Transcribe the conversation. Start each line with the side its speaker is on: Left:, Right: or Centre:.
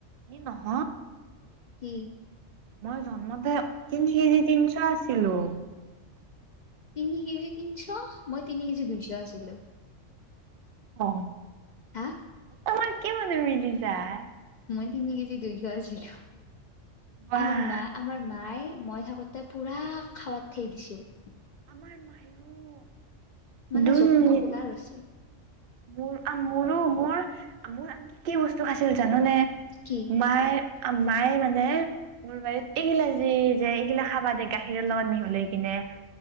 Right: এই নহ
Left: কি
Right: মই জন্মতে তিন কেজি তিন-ছ আছিলো
Left: তিনি কেজি তিনিশ মই তিনি কেজি দুইশ আছিলো
Right: অ',
Left: হাঁ
Right: তোমাৰ কি মানে, মিলি যায়',
Left: মই তিনি কেজি দেখুৱাই আছিলোঁ,
Right: বাহ
Left: আমাৰ মা, আমাৰ মায়ে', মই থাকোতে পুৰা খাৱাত থেই দিছিল
Right: আমাৰ মায়ো',
Left: মানে
Right: দুই
Left: যত্ন
Right: মিনিট,
Left: পোলা ৰচি
Right: মোৰ অ', মোৰো, মোৰ ', মোৰ আনকি, কি বস্তু খাইছিল জাননে?
Left: কি
Right: মায়ে আ', মায়ে মানে', মোৰ বাৰীত এইগিলা যি যে এইগিলা খাবা দে গাখীৰৰ লগত মিহলাই কিনে